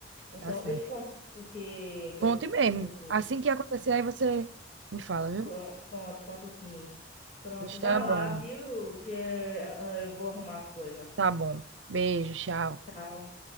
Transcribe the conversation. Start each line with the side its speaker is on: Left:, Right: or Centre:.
Left: Então,
Right: tá certo.
Left: eu te conto o que, o que
Right: Conte mesmo.
Left: aconteceu.
Right: Assim que acontecer, aí você me fala, viu?
Left: Con- Conto, conto sim. Pronto,
Right: Está
Left: vá lá,
Right: bom.
Left: viu? Que eh, eu vou arrumar as coisas.
Right: Tá bom. Beijo, tchau.
Left: Tchau.